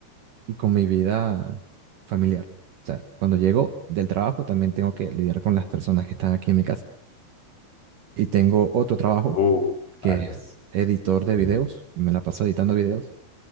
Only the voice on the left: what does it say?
oh,
vaya,
sí,